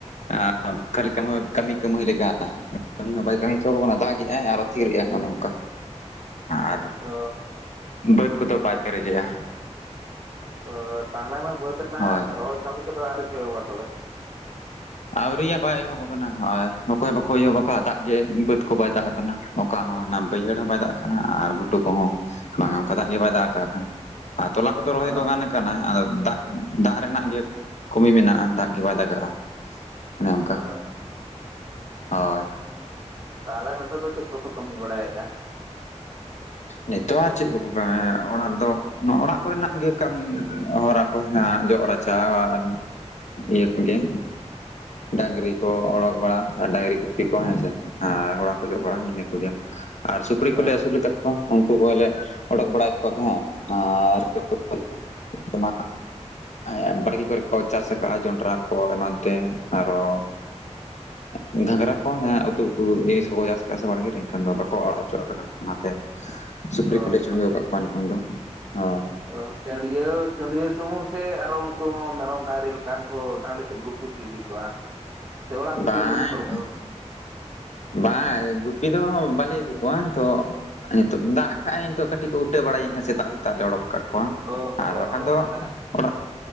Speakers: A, on the left; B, on the right.
A: ᱟᱸ ᱠᱷᱟᱹᱞᱤ ᱠᱟᱹᱢᱟᱹ ᱠᱟᱹᱢᱤ ᱠᱟᱹᱢᱦᱟᱹᱭ ᱞᱮᱠᱟ᱾ ᱠᱟᱹᱢᱤ ᱦᱚᱸ ᱵᱟᱭ ᱠᱟᱹᱢᱤ ᱦᱚᱪᱚ ᱠᱚ ᱠᱟᱱᱟ ᱫᱟᱜᱽ ᱜᱮᱜ-ᱟᱭ ᱟᱨᱚ ᱛᱷᱤᱨᱮᱜ-ᱟᱭ ᱚᱱᱮ ᱚᱱᱠᱟ ᱟᱨᱼᱼ
B: ᱚ᱾
A: ᱵᱟᱹᱫ ᱠᱚᱫᱚ ᱵᱟᱭ ᱯᱮᱨᱮᱡᱮᱜ-ᱟ᱾
B: ᱚ ᱛᱟᱦᱞᱮ ᱢᱟ ᱵᱟᱹᱫᱽ ᱨᱮᱱᱟᱜ
A: ᱦᱳᱭ
B: ᱨᱚᱦᱚᱭ ᱠᱟᱹᱢᱤ ᱠᱚᱫᱚ ᱟᱣᱨᱤ ᱯᱮ ᱮᱦᱚᱵᱟ ᱛᱚᱵᱮ᱾
A: ᱟᱣᱨᱤᱭᱟ ᱵᱟᱭ ᱮᱦᱚᱵ ᱟᱠᱟᱱᱟ ᱦᱚᱭ ᱚᱠᱚᱭ ᱦᱚᱸ ᱵᱟᱠᱚ ᱮᱭᱦᱚᱵ ᱟᱠᱟᱜ-ᱟ ᱫᱟᱜᱽ ᱜᱮ ᱵᱟᱹᱛ ᱠᱚ ᱵᱟᱭ ᱫᱟᱜᱽ ᱟᱠᱟᱱᱟ ᱚᱠᱼᱼ ᱠᱟ ᱦᱚᱸ ᱱᱟ ᱵᱟᱹᱭᱦᱟᱹᱲ ᱦᱚᱸ ᱵᱟᱭ ᱫᱟᱜᱽ ᱟᱠᱟᱱᱟ ᱟᱸᱨ ᱜᱷᱩᱴᱩ ᱠᱚᱦᱚᱸ ᱵᱟᱝᱟ ᱚᱱᱠᱟ ᱫᱟᱜᱽ ᱜᱮ ᱵᱟᱭ ᱫᱟᱜᱽ ᱟᱠᱟᱜ ᱠᱷᱟᱱ᱾ ᱟᱨ ᱛᱚᱞᱟ ᱠᱚᱫᱚ ᱨᱚᱦᱚᱭ
B: ᱚ
A: ᱫᱚ ᱜᱟᱱ ᱟᱠᱟᱱᱟ ᱟᱫᱚ ᱫᱟᱜᱽ ᱼᱼ ᱩᱸ ᱫᱟᱜᱽ ᱨᱮᱱᱟᱜ ᱜᱮ ᱠᱚᱢᱤ ᱢᱮᱱᱟᱜ-ᱟ ᱫᱟᱜᱽ ᱜᱮ ᱵᱟᱭ ᱫᱟᱜᱟᱜ-ᱟ ᱚᱱᱮ ᱚᱱᱠᱟ᱾
B: ᱚ
A: ᱦᱚᱭ᱾
B: ᱛᱟᱦᱞᱮ ᱱᱤᱛᱚᱜ ᱫᱚ ᱪᱮᱫ ᱠᱚᱯᱮ ᱠᱟᱹᱢᱤ ᱵᱟᱲᱟ ᱭᱮᱜ-ᱟ?
A: ᱱᱤᱛᱚᱜ ᱟᱨ ᱪᱮᱜ ᱠᱚᱠᱚ ᱠᱟᱹᱢᱤᱭᱟ ᱚᱲᱟᱜ ᱨᱮᱫᱚ ᱱᱚᱜ ᱚᱲᱟᱜ ᱠᱚᱨᱮᱱᱟᱜ ᱜᱮ ᱠᱟᱹᱢᱤ ᱦᱚᱨᱟᱼᱼ ᱠᱚ ᱦᱟᱸᱜ ᱡᱚᱜ ᱨᱟᱪᱟ <unintelligible> ᱤᱭᱟᱹ ᱠᱚᱜᱮ᱾ ᱰᱟᱹᱝᱨᱤ ᱠᱚ ᱚᱰᱚᱠ ᱵᱟᱲᱟ ᱟᱨ ᱰᱟᱝᱨᱤ ᱜᱩᱯᱤ ᱠᱚ ᱦᱮᱸᱥᱮ ᱟᱨ ᱚᱲᱟᱜ ᱠᱚ ᱡᱚᱜ ᱵᱟᱲᱟ ᱤᱱᱟᱹ ᱠᱚᱜᱮ᱾ ᱟᱨ ᱥᱩᱠᱨᱤ
B: ᱚ
A: ᱠᱚᱞᱮ ᱟᱹᱥᱩᱞ ᱞᱟᱠᱟᱫᱼᱼ ᱠᱚ ᱩᱱᱠᱩ ᱠᱚᱜᱮᱞᱮ ᱚᱰᱚᱠ ᱵᱟᱲᱟᱭᱮᱜ ᱠᱚ ᱛᱟᱦᱮᱸᱫ ᱟᱨ <unintelligible> <unintelligible> ᱮᱸᱜ ᱵᱟᱲᱜᱮ ᱠᱚᱨᱮ ᱠᱚ ᱪᱟᱥᱟᱠᱟᱜ-ᱟ ᱡᱚᱱᱰᱨᱟ ᱠᱚ ᱮᱢᱟᱱ ᱛᱮ ᱟᱨᱚᱼᱼ ᱮᱸᱜ ᱜᱷᱟᱝᱜᱽᱨᱟ ᱠᱚ ᱡᱟᱦᱟᱸ ᱩᱛᱩ ᱠᱚ ᱡᱤᱱᱤᱥ ᱠᱚᱠᱚ ᱪᱟᱥ ᱟᱠᱟᱜ-ᱟ ᱥᱮ ᱵᱟᱲᱜᱮ ᱨᱮ ᱮᱱᱠᱷᱟᱱ ᱫᱚ ᱵᱟᱠᱚ ᱟᱲᱟᱜ ᱚᱪᱚᱣᱟᱜ ᱠᱟᱱᱟ᱾ ᱚᱱᱟᱛᱮ ᱥᱩᱠᱨᱤ
B: ᱚ
A: ᱠᱚᱞᱮ ᱪᱩᱲᱦᱟᱹᱣ ᱣᱟᱠᱟᱜ ᱠᱚᱣᱟ ᱱᱤᱛᱚᱝ ᱫᱚ, ᱦᱚᱭ᱾
B: ᱚ ᱪᱟᱺᱰᱭᱟᱹᱣ-ᱪᱟᱺᱰᱭᱟᱹᱣ ᱥᱩᱢᱩᱝ ᱥᱮ ᱟᱨᱚ ᱩᱱᱠᱩ ᱦᱚᱸ ᱢᱮᱨᱚᱢ ᱰᱟᱝᱨᱤ ᱞᱮᱠᱟᱱ ᱠᱚ ᱴᱟᱸᱰᱤ ᱥᱮᱫ ᱜᱩᱯᱤ ᱯᱮ ᱤᱫᱤ ᱠᱚᱣᱟ? <inaudible> ᱵᱷᱤᱛᱤᱨ
A: ᱵᱟᱸᱡ,
B: ᱨᱮᱜᱮᱯᱮ ᱛᱚᱞ ᱠᱟᱜ ᱠᱚᱣᱟ
A: ᱵᱟᱝ ᱜᱩᱯᱤ ᱫᱚ ᱵᱟᱞᱮ ᱤᱫᱤ ᱠᱚᱣᱟ ᱛᱚᱼᱼ ᱱᱤᱛᱚᱜ ᱫᱟᱜ ᱠᱟᱜ-ᱟᱭ ᱱᱤᱛᱚᱜ ᱠᱟᱹᱴᱤᱡ ᱠᱚ ᱩᱴᱟᱹ ᱵᱟᱲᱟᱭᱟ ᱮᱱᱠᱷᱟᱱ ᱥᱮᱛᱟᱜ-ᱥᱮᱛᱟᱜ ᱞᱮ ᱚᱰᱚᱠ ᱠᱟᱜᱼᱼ ᱠᱚᱣᱟ
B: ᱚ ᱦᱚᱸ
A: ᱟᱨ ᱵᱟᱠᱷᱟᱱ ᱫᱚ
B: ᱢᱟᱱᱮ
A: ᱚᱲᱟᱜ,